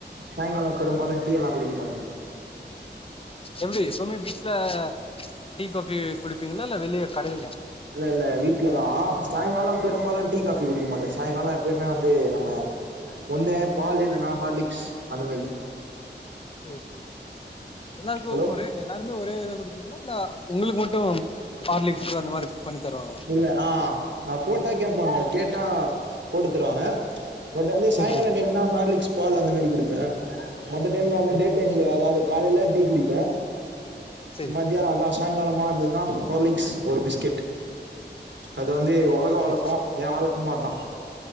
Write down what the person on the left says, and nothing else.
எப்டி எப்பவ்மே வீட்ல டீ காஃபி குடிப்பீங்குளா இல்ல வெளிய கடைல்யா
சேர் செரி எல்லாருக்கு
ஒரே எல்லாருமே ஒரே இத குடுப்பீங்களா இல்ல ஒங்களுக்கு மட்டு ஹார்லிக்ஸ் அந்த மாரி குக் பண்ணி தருவாங்களா
சேரி
சேரி
சேரி
சேரி
சேரி